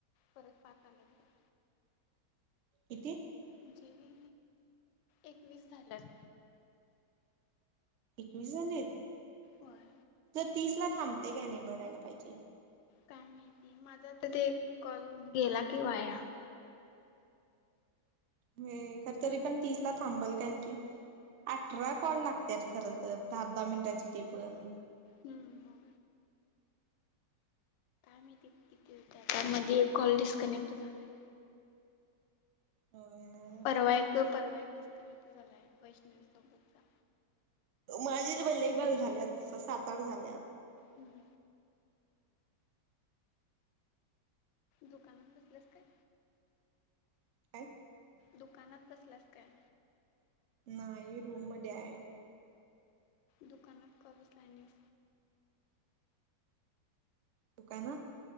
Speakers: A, on the left; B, on the right.
A: पररत पाका आल्यात.
B: किती?
A: म्हणजे एकवीस झाल्यात.
B: एकवीस झालेत.
A: होय.
B: तर तीस ला थांबते का नाही बघयला पाहिजे.
A: काय माहिती माझा आता ते कॉल गेला किं वाया.
B: हे खरं तरी पण तीस ला थांबल कारण की अठरा कॉल लागतत खर तर दहा दहा मिनिटाची ते पण.
A: हम्न. मी तिथ तिथे होत त्यामध्येध्ये कॉल डिस्कनेक्ट झालाय.
B: हम्म
A: परवा एक परवा एक डिस्कनेक्ट झालाय वैष्णवीसोबतचा.
B: माझे इथं पण लय बल्लईबाल झाल्यात सात आठ झाल्यात.
A: हम्म हम्म दुकानात बसल्यास काय
B: <inaudible>
A: दुकानात बसलास काय.
B: नाही रूम मध्ये आहे.
A: दुकानात का बसला नाही.
B: दुकान